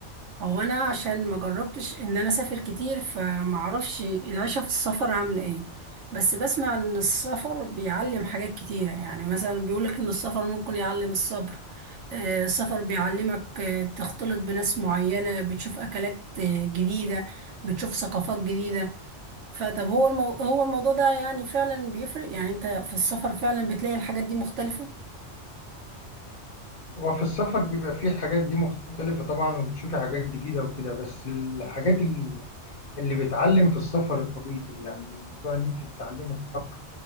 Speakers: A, on the right (about 80°); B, on the left (about 50°).
A: هو انا عشان ما جربتش ان انا اسافر كتير فما اعرفش العيشه في السفر عامله ايه بس بسمع ان السفر بيعلم حاجات كتيره يعني مثلا بيقولك ان السفر ممكن يعلم الصبر آه، السفر بيعلمك آه، تختلط بناس معينه بتشوف اكلات آه، جديده بتشوف ثقافات جديده فطب هو المو... هو الموضوع ده يعني فعلا بيفرق يعني انت في السفر فعلا بتلاقي الحاجات دي مختلفه
B: وفي السفر بيبقى فيه الحاجات دي مختلفة طبعا وبتشوفي حاجات جديدة وكده بس الحاجات ال- اللي بتعلم في السفر الطويل يعني موضوع ان انت تتعلمي الصبر